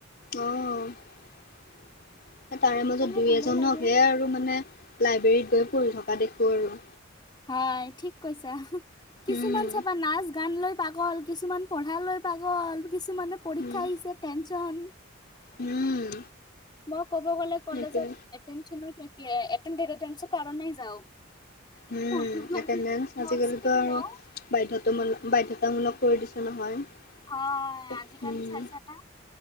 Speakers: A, on the left; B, on the left.
A: অ' এ তাৰে
B: সেইকাৰণে
A: মাজত দুই
B: ভালে
A: এজনক
B: লাগে।
A: হে আৰু মানে। লাইব্ৰেৰীত গৈ পঢ়ি থকা দেখোঁ আৰু।
B: হয় ঠিক কৈছা কিছুমান
A: উম,
B: চাবা নাচ গান লৈ পাগল কিছুমান পঢ়া লৈ পাগল। কিছুমানে পৰীক্ষা
A: উম,
B: আহিছে টেনছন।
A: উম
B: মই ক'ব গ'লে কলেজত
A: সেইটোৱে।
B: এটেনচন থাকে এটেনচনৰ কাৰণে যাওঁ
A: উম
B: পঢ়িব কাৰণে
A: এটেনচ
B: নোটছ
A: আজিকালিতো
B: কিনি
A: আৰু
B: লওঁ
A: বাধ্যতামূলক বাধ্যতামূলক কৰি দিছে নহয়।
B: হয়।
A: উম,
B: আজিকালি চাইছানে